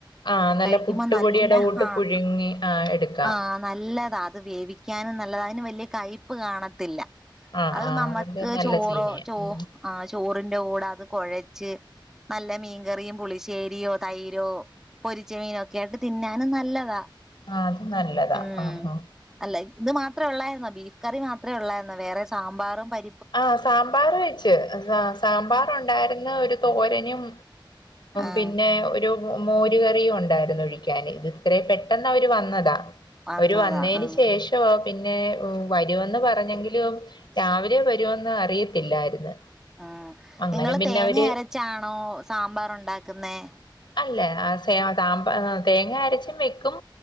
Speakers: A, on the left; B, in the centre.
A: ആഹ് നല്ല
B: കഴിക്കുമ്പോ
A: പുട്ടുപൊടിയുടെ
B: നല്ല
A: കൂട്ട്
B: ആഹ്
A: പുഴുങ്ങി ആ എടുക്കാം
B: ആഹ് നല്ലതാ അത് വേവിക്കാനും നല്ലത അതിന് വലിയ കയ്പ്പ് കാണത്തില്ല
A: ആഹ്
B: അത്
A: ആഹ്
B: നമ്മക്ക്
A: നല്ല
B: ചോറോ
A: ചീനിയ
B: ചോ
A: ഉം
B: ആ ചോറിന്റെ കൂടെ അത് കൊഴച്ച് നല്ല മീൻകറിയും പുളിശേ ശേരിയോ തൈരോ പൊരിച്ച മീനോ ഒക്കെ ആയിട്ട് തിന്നാനും നല്ലതാ
A: ആഹ് അത് നല്ലതാ
B: ഉം
A: ആ ആ
B: അല്ല ഇത് മാത്രേ ഉള്ളായിരുന്ന ബീഫ് കറി മാത്രേ ഉള്ളായിരുന്ന വേറെ സാമ്പാറും പരി
A: ആഹ് സാമ്പാർ വച്ച് സാമ്പാർ ഉണ്ടായിരുന്ന് ഒരു തോരനും
B: ആഹ്
A: പിന്നെ ഒരു മോര് കറിയും ഉണ്ടായിരുന്നു ഒഴിക്കാന് ഇത് ഇത്ര പെട്ടെന്ന് അവര് വന്നതാ
B: വന്നതാ
A: അവര് വന്നതിന്
B: ആഹ്
A: ശേഷമാ പിന്നെ വരുമെന്ന് പറഞ്ഞെങ്കിലും രാവിലെ വ രോ ന്ന് അറിയത്തില്ലായിരുന്നു
B: ആ
A: അങ്ങനെ
B: നിങ്ങള്
A: പിന്നെ
B: തേങ്ങ
A: അവര്
B: അരച്ചാണോ സാമ്പാറ് ഉണ്ടാക്കുന്നേ
A: അല്ല സേ സാമ്പ തേങ്ങ അരച്ചും വെക്കും